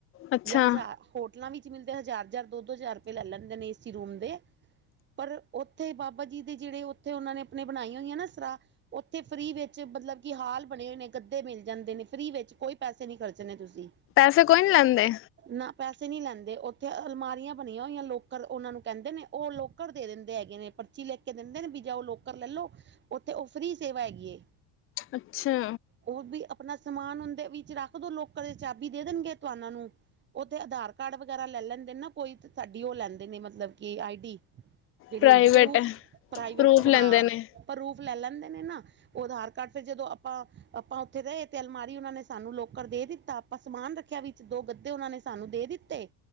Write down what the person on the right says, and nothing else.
ਜਾਂ ਹਜ਼ਾਰ, ਹੋਟਲਾਂ ਵਿੱਚ ਮਿਲਦੇ ਹਜ਼ਾਰ ਹਜ਼ਾਰ ਦੋ ਦੋ ਹਜ਼ਾਰ ਰੁਪਏ ਲੈ ਲੈਂਦੇ ਨੇ ਇਸਏ ਰੂਮ ਦੇ। ਪਰ ਉੱਥੇ ਬਾਬਾ ਜੀ ਦੇ ਜਿਹੜੇ ਉੱਥੇ ਉਹਨਾਂ ਨੇ ਆਪਣੇ ਬਣਾਈਆਂ ਹੋਈਆਂ ਨਾ ਸਰਾਹ, ਔਥੇ ਫ੍ਰੀ ਵੇ। ਮਤਲਬ ਕਿ ਹਾਲ ਬਣੇ ਹੋਏ ਨੇ, ਗੱਦੇ ਮਿਲ ਜਾਂਦੇ ਨੇ ਫ੍ਰੀ ਵਿੱਚ, ਕੋਈ ਪੈਸੇ ਨਹੀਂ ਖਰਚਣੇ ਤੁਸੀਂ।
ਨਾ ਪੈਸੇ ਨਹੀਂ ਲੈਂਦੇ, ਉੱਥੇ ਅਲਮਾਰੀਆਂ ਬਣੀਆਂ ਹੋਈਆਂ ਲੌਕਰ, ਔਹਨਾਂ ਨੂੰ ਕਹਿੰਦੇ ਨੇ, ਉਹ ਲੌਕਰ ਦੇ ਦਿੰਦੇ ਹੈਗੇ ਨੇ ਪਰਚੀ ਲਿਖ ਕੇ ਦਿੰਦੇ ਨੇ ਵੀ ਜਾਂਯੋ, ਲੋਕਰ ਲੈ ਲੋ, ਉੱਥੇ ਉਹ ਫ੍ਰੀ ਸੇਵਾ ਹੈਗੀ ਏ।
ਉਹ ਵੀ ਆਪਣਾ ਸਮਾਨ ਉਹਦੇ ਵਿੱਚ ਰੱਖ ਦੋ, ਲੌਕਰ ਦੀ ਚਾਬੀ ਦੇ ਦੇਣਗੇ, ਤੁਹਾਨਾ ਨੂੰ। ਉੱਥੇ ਆਧਾਰ ਕਾਰਡ ਵਗੈਰਾ ਲੈ ਲੈਂਦੇ ਨਾ ਕੋਈ ਸਾਡੀ ਉਹ ਲੈਂਦੇ ਨੇ ਮਤਲਬ ਕਿ ਆਈ ਡੀ। ਜਿਹੜੀ
ਹੁੰਦੀ ਪਰੂਫ ਪ੍ਰਾਈਵੇਟ
ਹਾਂ
ਪਰੂਫ ਲੈ ਲੈਂਦੇ ਨੇ ਨਾ ਉਹ ਆਧਾਰ ਫਿਰ ਜਦੋਂ ਆਪਾਂ ਆਪਾਂ ਉੱਥੇ ਰਹੇ ਤੇ ਅਲਮਾਰੀ ਉਹਨਾਂ ਨੇ ਸਾਨੂੰ ਲੋਕਰ ਦੇ ਦਿੱਤਾ ਆਪਾਂ ਸਮਾਨ ਰੱਖਿਆ ਵਿੱਚ, ਦੋ ਗੱਦੇ ਉਹਨਾਂ ਨੇ ਸਾਨੂੰ ਦੇ ਦਿੱਤੇ।